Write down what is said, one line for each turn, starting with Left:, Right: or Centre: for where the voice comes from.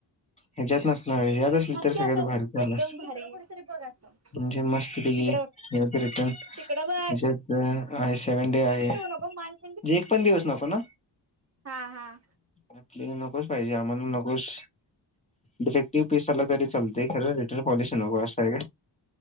Left: ह्याच्यात नसणार, यात असली
Right: हसते
Left: तर सगळ्यात
Right: असं
Left: भारी झालं
Right: एकदम
Left: असतं,
Right: भारी कुठेतरी बघ असं
Left: म्हणजे मस्ती पैकी
Right: तिकडं बघ
Left: यात रिटर्न,
Right: तिकडं बघ
Left: याच्यात आहे सेव्हन डे आहे.
Right: भगन <inaudible>
Left: म्हणजे एक पण दिवस नव्हता ना.
Right: हा हा
Left: आपली नकोच पाहिजे आम्हाना नकोच. डिफेक्टिव्ह पीस आला तरी चालतंय, खरं रिटर्न पॉलिसी नको, असं आहे का?